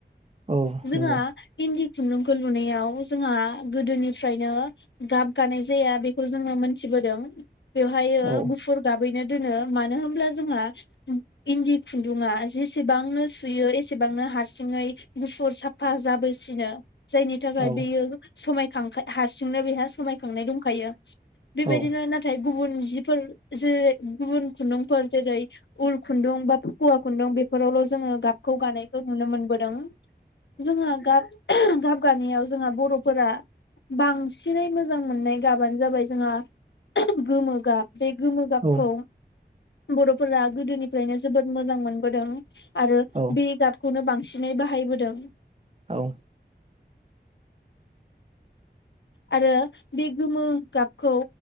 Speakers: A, on the right; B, on the left.
A: औ
B: जोंहा
A: नंगौ
B: इन्दि खुन्दुंखौ लुनायाव जोंहा गोदोनिफ्रायनो गाब गानाय जाया बेखौ जोङो मोनथिबोदों। बेवहायो
A: औ
B: गुफुर गाब बैनो दोनो मानो होमब्ला जोंहा इन्दि खुन्दुङा जेसेबांनो सुयो एसेबांनो हारसिङै गुफुर साफा जाबोसिनो। जायनि थाखाय
A: औ
B: बेयो समायखांखाय हारसिंनो बेहा समायखांनाय दंखायो। बेबायदिनो
A: औ
B: नाथाय गुबुन जिफोर जेरै गुबुन खुन्दुंफोर जेरै उल खुन्दुं बा फखुवा खुन्दुं बेफोरावल' जोङो गाबखौ गानायखौ नुनो मोनबोदों। जोहा गाब गाब गानायाव जोंहा बर'फोरा बांसिनै मोजां मोननाय गाबानो जाबाय जोंहा गोमो गाब बे गोमो
A: औ
B: खौ बर'फोरा गोदोनिफ्रायनो जोबोद मोजां मोनबोदों आरो
A: औ
B: बे गाब खौनो बांसिनै बाहायबोदों।
A: औ।
B: आरो बे गोमो गाबखौ